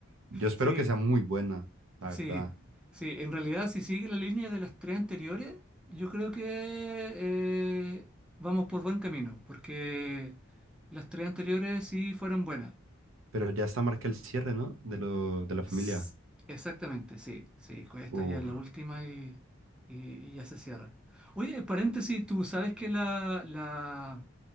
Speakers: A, on the right; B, in the centre.
A: Yo espero
B: Sí,
A: que sea muy buena, la
B: sí,
A: verdad.
B: sí. En realidad, si sigue la línea de las tres anteriores, yo creo que eh, vamos por buen camino, porque las tres anteriores sí fueron buenas.
A: Pero ya está marca el cierre, ¿no? De lo, de la familia.
B: S- Exactamente, sí, sí. con Esta
A: Uf.
B: ya es la última y, y- y ya se cierra. Oye, paréntesis, ¿tú sabes que la, la-